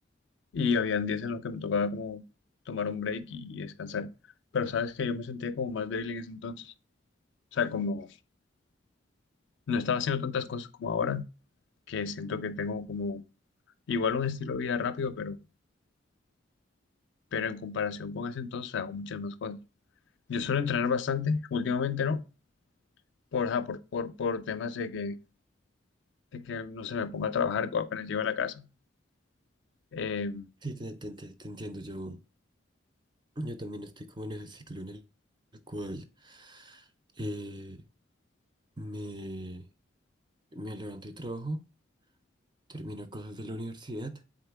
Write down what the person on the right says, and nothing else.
Sí, te, te- te- te entiendo, yo, yo también estoy como en ese ciclo en el el cual... eh, me, me levanto y trabajo, termino cosas de la universidad,